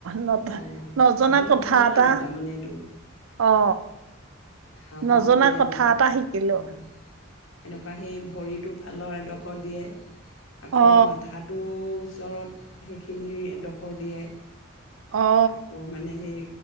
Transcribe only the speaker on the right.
ন
নজনা
কথা
এটা
অ
নজনা
কথা
এটা শিকিলোঁ
অ
অ